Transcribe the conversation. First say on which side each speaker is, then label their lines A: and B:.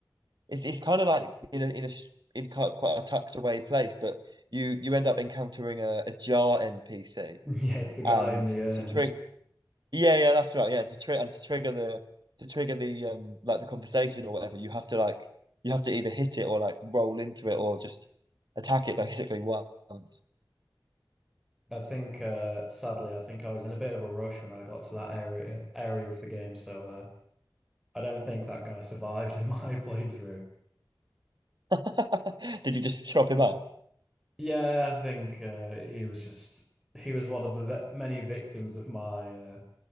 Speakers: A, on the right; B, in the centre.
A: it's it's kind of like in a in a s- in ki- quite a tucked away place, but you you end up encountering a, a Jar NPC,
B: Yeah, it's the guy
A: and
B: in the urn.
A: to trick Yeah, yeah, that's right. Yeah, to tri and to trigger the to trigger the um like the conversation or whatever, you have to like you have to either hit it or like roll into it or just attack it basically once.
B: I think, uh, sadly, I think I was in a bit of a rush when I got to that area area of the game, so uh, I don't think that guy survived in my <laughs> playthrough.
A: <laughs> Did you just chop him up?
B: Yeah, I think uh, he was just he was one of the ve many victims of my uh,